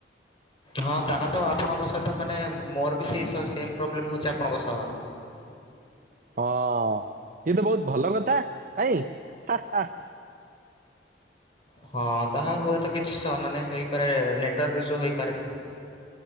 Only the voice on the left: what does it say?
ହଁ ତାହା ତ ଆପଣଙ୍କ ସହିତ ମାନେ ମୋର ବି ସେଇ ସେମ୍ ପ୍ରୋବ୍ଲେମ୍ ହଉଛି ଆପଣଙ୍କ ସହ।
ହଁ ତାହା ହୁଏତ କିଛି ମାନେ ହେଇପାରେ ନେଟୱାର୍କ ଇସୁ ହେଇପାରେ।